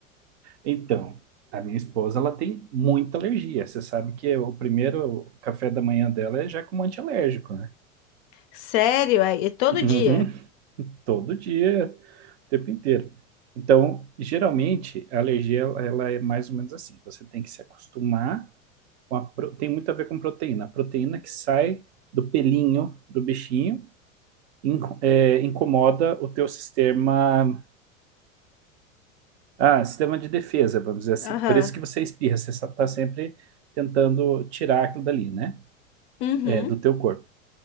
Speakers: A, on the right; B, on the left.
A: Então, a minha esposa, ela tem muita alergia. Você sabe que o primeiro café da manhã dela é já com um antialérgico, né?
B: Sério, é, é todo
A: Uhum.
B: dia.
A: <laughs> Todo dia, o tempo inteiro. Então, geralmente, a alergia, ela é mais ou menos assim. Você tem que se acostumar com a... pro- Tem muito a ver com proteína. A proteína que sai do pelinho do bichinho inco- é, incomoda o teu sistema Ah, sistema de defesa, vamos dizer assim.
B: Aham.
A: Por isso que você espirra, você está sempre tentando tirar aquilo dali, né?
B: Uhum.
A: É, do teu corpo.